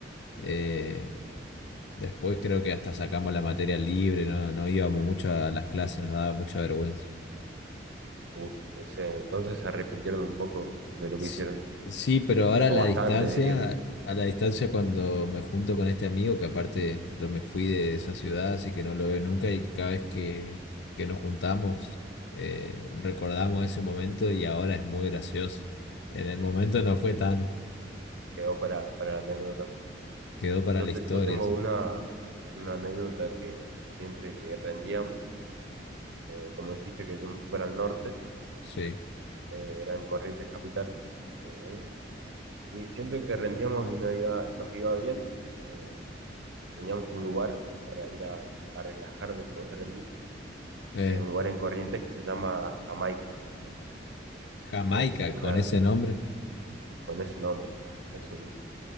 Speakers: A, on the left; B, on the right.
A: eh, Después creo que hasta sacamos la materia libre, no, no íbamos mucho a las clases, nos daba mucha vergüenza.
B: Uy, ese, entonces se arrepintieron un poco de lo
A: Sí,
B: que hicieron.
A: sí, pero ahora a
B: O
A: la
B: bastante,
A: distancia,
B: diría.
A: a la distancia cuando me junto con este amigo, que aparte yo me fui de esa ciudad, así que no lo veo nunca, y cada vez que, que nos juntamos, eh, recordamos ese momento y ahora es muy gracioso. En el momento no fue tanto,
B: Quedó para, para la anécdota.
A: quedó para
B: Yo,
A: la
B: te-
A: historia,
B: yo tengo
A: sí.
B: una, una anécdota que siempre que rendíamos. Eh, como dijiste que yo me fui para el norte,
A: Sí.
B: eh, era en Corrientes Capital, eh, y siempre que rendíamos y nos iba, nos iba bien, eh, teníamos un lugar para ir a, a relajar después de rendir,
A: Eh,
B: eh, un lugar en Corrientes que se llama Jamaica,
A: Jamaica
B: que es una,
A: con ese nombre,
B: con ese nombre, es un,